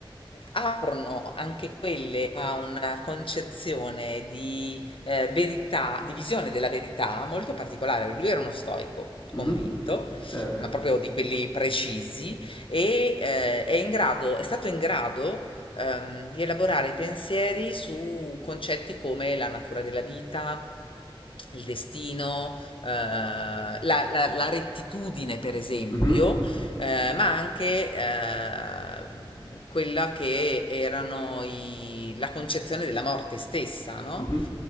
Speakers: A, on the left (about 70°); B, on the left (about 45°).
A: aprono anche quelle a una concezione di eh, verità, di visione della verità molto particolare. Lui era uno stoico convinto,
B: Mhm. Certo.
A: ma proprio di quelli precisi, e eh, è, in grado, è stato in grado ehm, di elaborare pensieri su concetti come la natura della vita, il destino, eh, la, la, la, rettitudine, per esempio,
B: Mhm.
A: eh, ma anche eh, quella che erano i- la concezione della morte stessa, no?
B: Mhm.